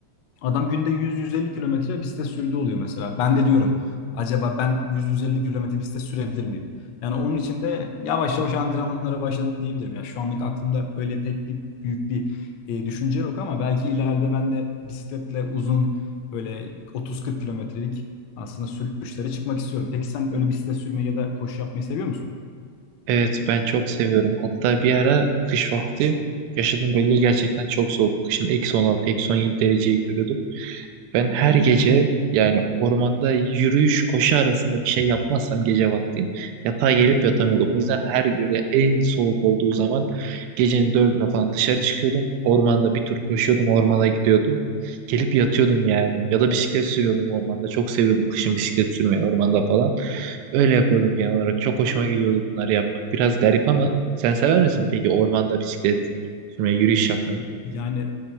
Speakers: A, on the left; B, on the right.
A: Adam günde 100-150 kilometre bisiklet sürdüğü oluyor mesela. Ben de diyorum acaba ben 100-150 kilometre bisiklet sürebilir miyim? Yani onun için de yavaş yavaş antrenmanlara başladım diyebilirim. Ya şu anlık aklımda öyle pek bir büyük bir e, düşünce yok ama belki ileride ben de bisikletle uzun böyle 30-40 kilometrelik aslında sürüşlere çıkmak istiyorum. Peki sen öyle bisiklet sürmeyi ya da koşu yapmayı seviyor musun?
B: Evet ben çok seviyorum. Hatta bir ara kış vakti yaşadığım bölge gerçekten çok soğuk. Kışın eksi 16, eksi 17 dereceyi görüyordum. Ben her gece yani ormanda yürüyüş koşu arasında bir şey yapmazsam gece vakti yatağa gelip yatamıyordum. O yüzden her böyle en soğuk olduğu zaman gecenin dördüne falan dışarı çıkıyordum. Ormanda bir tur koşuyordum, ormana gidiyordum. Gelip yatıyordum yani. Ya da bisiklet sürüyordum ormanda. Çok seviyordum kışın bisiklet sürmeyi ormanda falan. Öyle yapıyordum genel olarak. Çok hoşuma gidiyordu bunları yapmak. Biraz garip ama sen sever misin peki ormanda bisiklet sürmeyi, yürüyüş yapmayı?
A: Yani